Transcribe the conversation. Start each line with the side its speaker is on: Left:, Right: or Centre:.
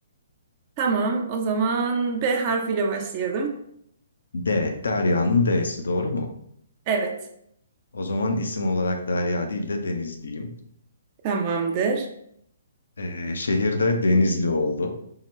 Right: Tamam, o zaman B harfiyle başlayalım.
Left: D, Derya'nın D'si doğru mu?
Right: Evet,
Left: O zaman isim olarak Derya değil de Deniz diyeyim.
Right: tamamdır.
Left: Ee, şehir de Denizli oldu.